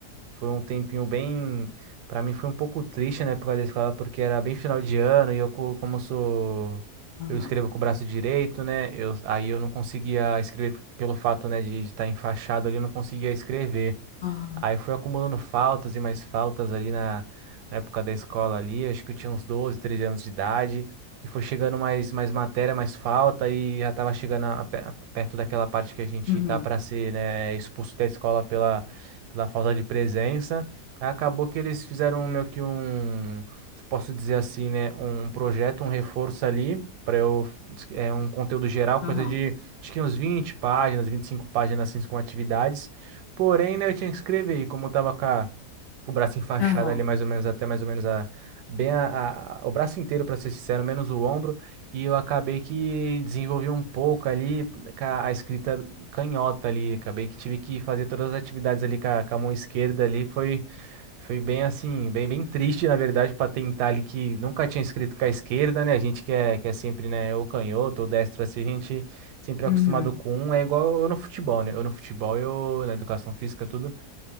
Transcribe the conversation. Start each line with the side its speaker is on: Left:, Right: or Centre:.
Right: foi um tempinho bem. Pra mim foi um pouco triste, né? Por causa da escola, porque era bem final de ano e eu, co- como eu sou.
Left: Aham,
Right: Eu escrevo com o braço direito, né? Eu, aí eu não conseguia escrever p- pelo fato, né, de estar enfaixado ali, eu não conseguia escrever.
Left: aham,
Right: Aí fui acumulando faltas e mais faltas ali na, na época da escola ali, acho que eu tinha uns 12, 13 anos de idade, e foi chegando mais, mais matéria, mais falta, e já tava chegando a- pe- a- perto daquela parte que a gente
Left: uhum,
Right: tá para ser, né, expulso da escola pela, pela falta de presença. Aí acabou que eles fizeram meio que um, se posso dizer assim, né, um projeto, um reforço ali, para eu, é um conteúdo geral, coisa
Left: aham,
Right: de, acho que uns 20 páginas, 25 páginas, assim, com atividades. Porém, né, eu tinha que escrever, e como eu tava com a, o braço enfaixado
Left: aham,
Right: ali mais ou menos até mais ou menos a bem a, a- o braço inteiro para ser sincero, menos o ombro, e eu acabei que desenvolvi um pouco ali com a, a escrita canhota ali, acabei que tive que fazer todas as atividades ali com a, com a mão esquerda ali, foi foi bem assim, bem bem triste na verdade para tentar ali que nunca tinha escrito com a esquerda, né? A gente que é que é sempre, né, ou canhoto ou destro assim, a gente sempre é
Left: uhum,
Right: acostumado com um, é igual eu no futebol, né? Eu no futebol, eu na educação física tudo